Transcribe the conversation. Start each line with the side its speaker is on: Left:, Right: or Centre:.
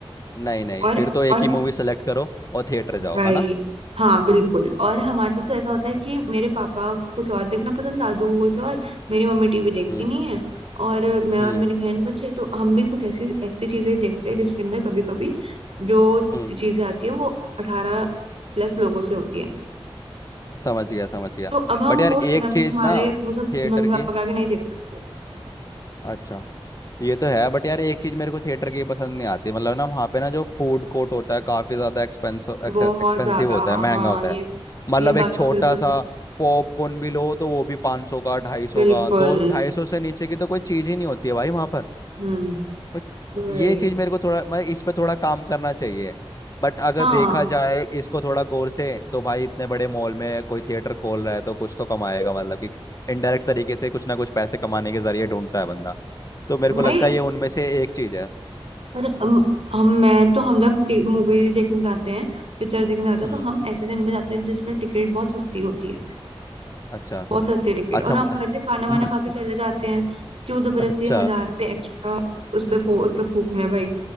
Left: नहीं नहीं
Right: और
Left: फिर तो एक
Right: और
Left: ही मूवी सेलेक्ट करो और थिएटर जाओ
Right: राइट
Left: है ना
Right: हाँ बिल्कुल और हमारे साथ तो ऐसा होता है कि मेरे पापा को कुछ और देखना पसंद दादू को कुछ और मेरी मम्मी टीवी देखती
Left: हम्म
Right: नहीं है और मैं और
Left: हम्म
Right: मेरी बहन बच्चे तो हम भी कुछ ऐसी ऐसी चीजें देखते हैं जिसके अंदर कभी कभी जो
Left: हम्म
Right: चीजें आती है वो अठारह प्लस लोगों से होती है
Left: समझ गया समझ गया
Right: तो अब हम
Left: बट यार
Right: वो शर्म
Left: एक चीज
Right: के मारे
Left: ना
Right: वो सब
Left: थिएटर
Right: मम्मी
Left: की
Right: पापा के आगे नहीं देख सकते
Left: अच्छा ये तो है बट यार एक चीज मेरे को थिएटर की पसंद नहीं आती मतलब ना वहाँ पे ना जो फूड कोर्ट होता है काफी ज्यादा एक्सपेंस
Right: बहुत
Left: एक्सपेंसिव
Right: ज्यादा
Left: होता है महंगा
Right: हाँ
Left: होता
Right: ये
Left: है मतलब
Right: ये बात
Left: एक छोटा
Right: तो बिल्कुल
Left: सा
Right: सच
Left: पॉपकॉर्न भी लो तो वो भी 500 सौ का ढाई सौ
Right: बिल्कुल
Left: का दो ढाई सौ से नीचे की तो कोई चीज ही नहीं होती है भाई वहां पर
Right: हम्म
Left: बट
Right: वही
Left: ये चीज मेरे को थोड़ा मैं इस पे थोड़ा काम करना चाहिए बट अगर
Right: हाँ
Left: देखा जाए इसको थोड़ा गौर से तो भाई इतने बड़े मॉल में कोई थिएटर खोल रहा है तो कुछ तो कमाएगा मतलब कि इनडायरेक्ट तरीके से कुछ ना कुछ पैसे कमाने के जरिए ढूंढता है बंदा तो मेरे को
Right: वही
Left: लगता है ये उनमें से एक चीज है
Right: पर अम, हम मैं तो हम जब मूवी देखने जाते हैं पिक्चर देखने जाते हैं
Left: हम्म
Right: तो हम ऐसे दिन पे जाते हैं जिसमें टिकट बहुत सस्ती होती है
Left: अच्छा
Right: बहुत सस्ती टिकट
Left: अच्छा
Right: और हम
Left: म,
Right: घर से खाना वाना
Left: म,
Right: खा के चले जाते हैं क्यों जबरदस्ती
Left: अच्छा
Right: हजार रुपये एक्स्ट्रा उस
Left: <laughs>
Right: पे फो, उस पे फूकने भाई